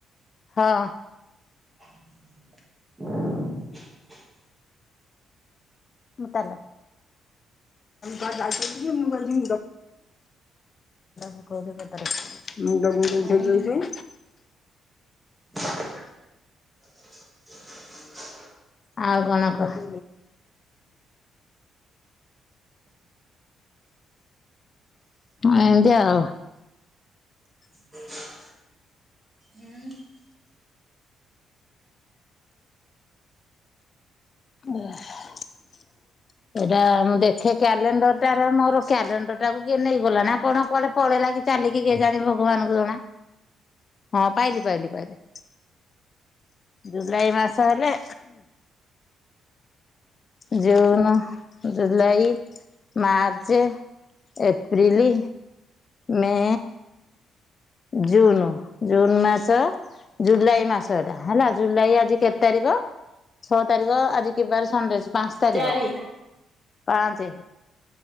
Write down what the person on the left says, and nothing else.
ହଁ
ମୁତଲ ବାଟା ମୁ ମୁବଟା ଫଟା ରଖ <unintelligible> ମୁଣ୍ଡ କୁଣ୍ଡଉ
ଥିଲି ଏଠେ
ଆଉ କଣ କହ ଏତିଆ ଆଉ
ଓହା ଏଇଟା ମୁଁ ଦେଖେ କ୍ୟାଲେଣ୍ଡର ଟାରେ ମୋର କ୍ୟାଲେଣ୍ଡର ଟାକୁ କିଏ ନେଇଗଲା ନା କଣ କୁଆଡେ ପଳେଇଲା କି ଚାଲିକି କେ ଜାଣି ଭଗବାନଙ୍କୁ ଜଣା ହଁ ପାଇଲି ପାଇଲି ପାଇଲି ଜୁଲାଇ ମାସ ହେଲେ June July March April May June June ମାସ ଜୁଲାଇ ମାସ ଏଟା ହେଲା ଜୁଲାଇ ଆଜି କେତେ ତାରିଖ ଛଅ ତାରିଖ ଆଜି କିବାର ସଣ୍ଡେ ଅଛି ପାଞ୍ଚ ତାରିଖ
ପାଞ୍ଚେ